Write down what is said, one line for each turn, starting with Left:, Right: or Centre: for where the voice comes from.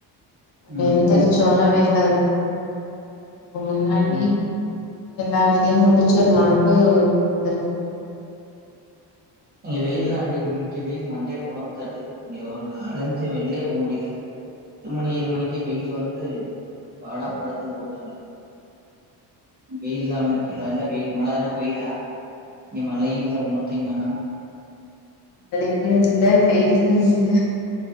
Left: அவ
Right: ம்
Left: எந்திரிச்சொனவே எல்லா இருக்கு அது முன்னாடி
Right: ம்.
Left: எல்லா வேலையு முடுச்சுர்லான் அப்போ ஃபாதர்
Right: அங்க வெயில்லா எப்டி இருக்கு இங்க வெயில் மண்டைய பொழந்து தட்டுது இங்க ஒன்னு கால்ல ஏஞ்சு வெளியப் போ முடியில எட்டு மணி ஏழு மணிக்கே வெயில் வந்து பாடா படுத்துது போட்டுங்க வெயில் இல்லாம இருக்கிலா இல்ல வெயிலு மழ எதுன்னா பெய்தா இங்க மழையு இல்ல ஒண்ணுத்தையுங் காணோ
Left: மழையு இல்ல வெயிலு இல்ல